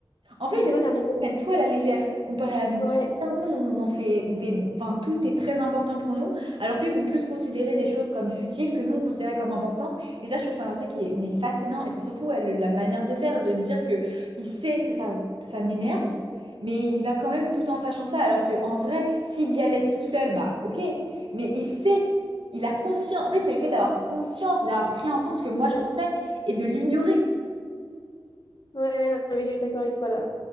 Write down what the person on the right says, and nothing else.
En fait,
c'est
ça,
c'est qu'ils prennent tout à la légère comparé à nous.
Bien, nous, on en fait, on fait, enfin, tout est très important pour nous, alors qu'ils vont plus considérer des choses comme futiles que nous, on considérait comme importantes. Et ça, je trouve que c'est un truc qui est mais fascinant. Et c'est surtout ouais, le- la manière de faire, de dire que il sait que ça, ça m'énerve, mais il y va quand même tout en sachant ça. Alors que en vrai, s'il y allait tout seul, bah ok. Mais il sait, il a conscience. En fait, c'est le fait d'avoir conscience et d'avoir pris en compte ce que moi
je pensais et de l'ignorer.